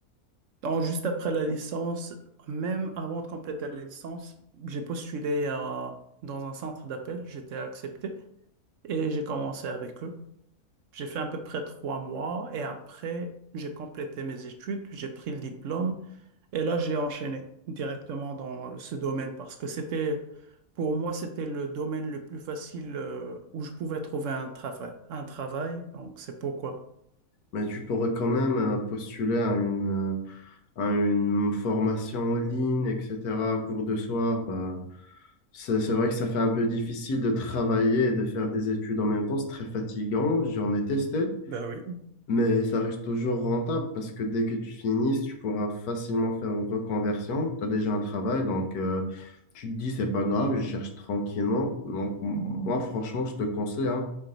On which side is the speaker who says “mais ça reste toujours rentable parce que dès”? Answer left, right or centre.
Left